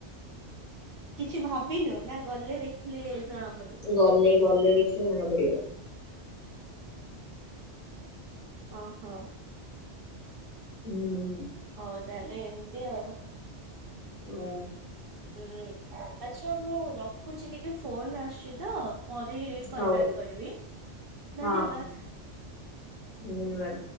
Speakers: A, on the right; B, on the left.
A: କିଛି ଭାବିନୁ ନା ଗଲେ ଦେଖିଲେ ଜଣା ପଡିବ।
B: ଗଲେ ଗଲେ ଦେଖିଲେ ଜଣା ପଡିବ।
A: ଓହୋ।
B: ହୁଁ।
A: ହଉ ତାହେଲେ ଏମିତି ଆଉ।
B: ହୁଁ।
A: ଉୁଁ ଆଚ୍ଛା ମୁଁ ରଖୁଛି ଟିକେ ଫୋନ ଆସୁଛି ତ-ଅ-ଅ ପରେ କଲ
B: ହଉ
A: ବ୍ୟାକ୍ କରିବି
B: ହଁ
A: ଧନ୍ୟବାଦ।
B: ହଁ ଧନ୍ୟବାଦ